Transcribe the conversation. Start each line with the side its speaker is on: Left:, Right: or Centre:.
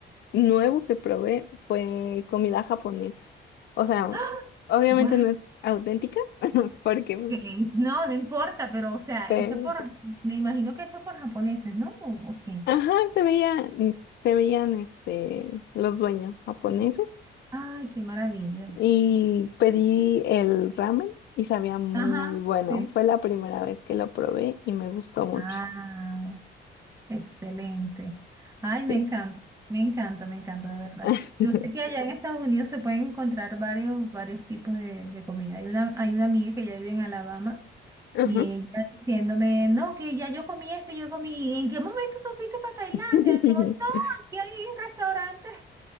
Left: nuevo que probé fue comida japonesa. O sea,
Right: ¡Ah!
Left: obviamente
Right: Guau.
Left: no es auténtica, <laughs> porque pues,
Right: que No, no importa, pero o sea,
Left: fue-
Right: hecha por, me imagino que hecha por japoneses, ¿no? ¿O, o qué?
Left: ajá, se veía, se veían este, los dueños japoneses
Right: Ay, qué maravilla.
Left: y pedí el ramen y sabía muy
Right: Ajá,
Left: bueno.
Right: sí.
Left: Fue la primera vez que lo probé y me gustó mucho.
Right: Ah, excelente. Ay, me
Left: Sí.
Right: encanta, me encanta, me encanta, de verdad.
Left: <laughs>
Right: Yo sé que allá en <laughs> Estados Unidos se pueden encontrar varios, varios tipos de, de comida. Hay una, hay una amiga que ya vive en Alabama
Left: Ajá.
Right: y ella diciéndome, no, que ya yo comí esto, yo comí, ¿en qué momento tú fuiste para Tailandia?
Left: <laughs>
Right: Y yo, no, aquí hay restaurantes.